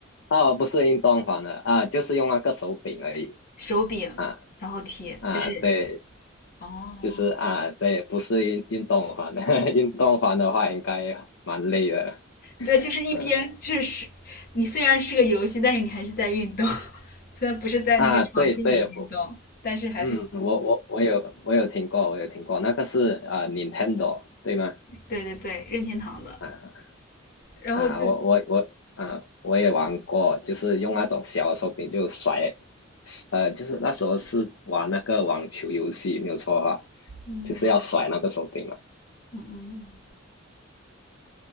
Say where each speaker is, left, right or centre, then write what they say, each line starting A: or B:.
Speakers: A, on the left; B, on the left.
A: 哦，不是运动房的啊，就是用那个手柄而已
B: 手柄然后踢，
A: 啊啊，
B: 就是
A: 对。
B: 哦，
A: 就是啊，对，不是运运动环，<laughs> 运动环的话应该蛮累的。
B: 对，就是一边就是你虽然是个游戏，
A: 嗯
B: 但是你还是在运动，<laughs> 虽然不是在那个场地里运动，
A: 啊，对对，我
B: 但是还是
A: 嗯，我我我有我有听过，我有听过，那个是啊、呃 Nintendo 对吗？
B: 对对对，任天堂的，
A: 啊
B: 然后就。
A: 啊，我我我啊，我也玩过，就是用那种小的手柄就甩，呃，就是那时候是玩那个网球游戏，没有错的话，
B: 嗯，
A: 就是要甩那个手柄嘛。
B: 嗯嗯